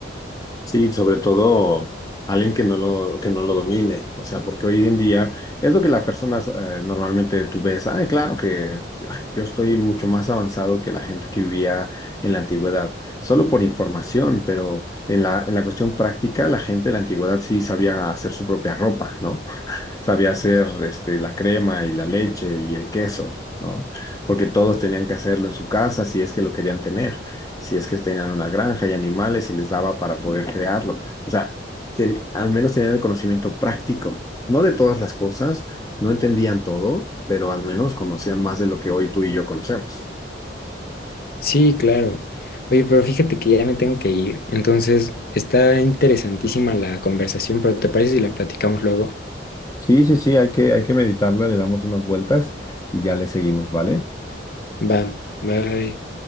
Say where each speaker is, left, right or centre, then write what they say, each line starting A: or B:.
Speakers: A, on the left; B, on the left.
A: Sí, sobre todo alguien que no lo, que no lo domine, o sea, porque hoy en día es lo que las personas eh, normalmente tú ves, ay, claro que ay, yo estoy mucho más avanzado que la gente que vivía en la antigüedad, solo por información, pero en la, en la cuestión práctica, la gente de la antigüedad sí sabía hacer su propia ropa, ¿no? <laughs> sabía hacer este, la crema y la leche y el queso, ¿no? Porque todos tenían que hacerlo en su casa si es que lo querían tener si es que tenían una granja y animales y les daba para poder crearlo. O sea, ten- al menos tenían el conocimiento práctico, no de todas las cosas, no entendían todo, pero al menos conocían más de lo que hoy tú y yo conocemos.
B: Sí, claro. Oye, pero fíjate que ya me tengo que ir. Entonces, está interesantísima la conversación, pero ¿te parece si la platicamos luego?
A: Sí, sí, sí, hay que, hay que meditarla, le damos unas vueltas y ya le seguimos, ¿vale?
B: Va, bye.